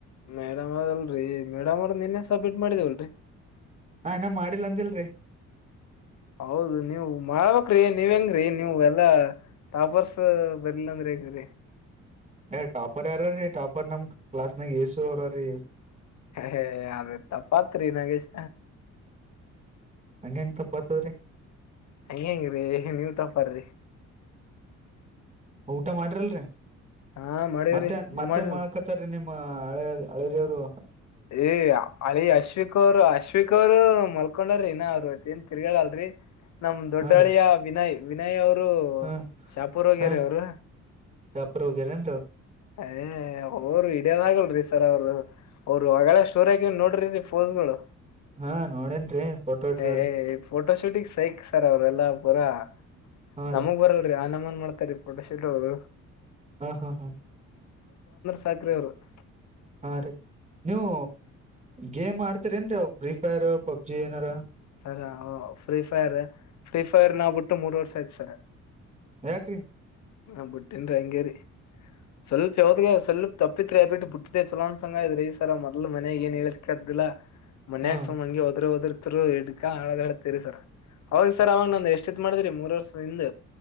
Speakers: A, on the left; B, on the right.
A: ಮೇಡಮ್ ಅವದಲ್ರರಿ ಮೇಡಮ್ ಅವ್ರ ನಿನ್ನೆ ಸಬ್ಮಿಟ್ ಮಾಡಿದೇವಲ್ರರಿ..
B: ನಾ ಏನ ಮಾಡಿಲ್ಲ ಅಂದಿಲ್ರಿ..
A: ಹೌದು ನೀವು ಮಾಡ್ಬಕ್ಕ್ರಿ ನೀವ್ ಹೆಂಗ್ರಿ ನೀವು ಎಲ್ಲಾ ಟಾಪರ್ಸ.. ಅವರೆಲ್ಲ ಅಂದ್ರೆಗ್ರ..
B: ಏ್ ಟಾಪರ್ ಯಾರ ರೀ ಟಾಪರ್ ನಮ್ ಕ್ಲಾಸ್ ನಾಗ ಏಸು ಅವರ್ರೀ.
A: ಹ ಅ ತ ಪಾತ್ರಿ ನಗೇಶ..
B: ಹಂಗಂಗ ತಪ್ಪಾತವ್ರೀ
A: ಹ ಹೆಂಗಿ್ರರಿ ನೀವ ತಪರ್ರಿ
B: ಊಟ ಮಾಡ್ರಲ್ರಿ
A: ಹಾ ಮಾಡೇವ್ರಿ
B: ಮತ್ತೇನ್
A: ನೀವ್
B: ಮತ್ತೇನ್
A: ಮಾಡಿರಲ್ರಿ
B: ಮಾಡಕತ್ತಾರರಿ ನಿಮ ಹಳೆ ಹಳೆದೇವರು.
A: ಏ ಅರೆ ಅಶ್ವಿಕ ಅವರ್ ಅಶ್ವಿಕ ಅವರು ಮ. ಮಾಕೊಂಡ್ರೀ ಇಏ ಏನ್ ತಿರ್ಗೇಲ್ರರಿ ನಮ್ ದೊಡ್ಡ
B: ಹಾ ರೀ
A: ಅಳಿಯ ವಿನಯ್ ವಿನಯ್ ಅವರು.. ಅವರು
B: ಹಾ
A: ಶಾಪೂರ್ ವಗ್ಯರ
B: ಹಾ ರೀ
A: ಅವರು
B: ಶಾಪುರ್ ಹೋಗ್ಯಾರೇನ್ರಿ ಅವ್ರು
A: ಅದೇ ಒರು ವಿಡಿಯನ್ ಆಗಲ್ ರೀ ಸರ್ ಅವರು ಅವ್ರು ಹೊಗಳ ಸ್ಟೋರೇಜ ನೋಡ್ರ ಫೋನ್ಸ್ ಗಳು
B: ಹಾ ನೋಡೇನ್ರಿ ಫೋಟೋ ಇಟ್ರಲ್
A: ಹ ಫೋಟೋ ಶೂಟಿಂಗ್ ಸಹ ಸರ ಅವರೆಲ್ಲಾ ಪೂರಾ
B: ಹಾ
A: ನಮಗ್
B: ರೀ
A: ಬರಲ್ರರಿ ಆ ನಮನ್ ಮಾಡ್ತೀ ಪಟ ಶ ಅವರು
B: ಹಾ ಹಾ ಹಾ
A: ಸಾಕ್ರೆ ಅವರು <inaudible>
B: ಹಾ ರೀ ನೀವು ಗೇಮ್ ಆಡ್ತೀರಿ ನ್ವ್ ಅವ ಫ್ರೀ ಫೈರ್ ಪಬ್ಜಿ ಏನಾರ
A: ಸ ಫ್ರೀ ಫೈರ್ ಫ್ರೀ ಫೈರ್ ನಾವ್ ಬಿಟ್ಟು ಮೂರ್ ವರ್ಷ ಐ್ತ್ ಸರ
B: ಯಾಕ್ರಿ
A: ಹ ಬುಟ್ಟನ್ ಹಂಗೇರಿ ಸ್ವಲ್ಪ ಯಾವದಿಗೆ ಸ್ವಲ್ಪ್ ತಪ್ಪಿತ್ ಅಬಿಟ್ಟು ಬಿುಟ್ಟ್ದೆ ಚಲೋಂದಸಂಗ ಇದ್ರ ರ ಈ ಸರ್ ಮೊದ್ಲು ಮನೆಗ್ ಏನ್ ಹೇಳ ಮನ್ಯ
B: ಹಾ
A: ಸಮನ್ಗೆ ಹೋದ್ರೆ ಹೋದ್ರ ಹಿಡ್ಾ ಹೇಳದತೀರಿ ಸರ್ ಹೋಗ್ ಸರ್ ಅವನ್ ಒಂದ ಎಷ್ಟಿತ್ ಮಾಡಿದ್ರರಿ ಮೂರು ವರ್ಷ ಇಂದ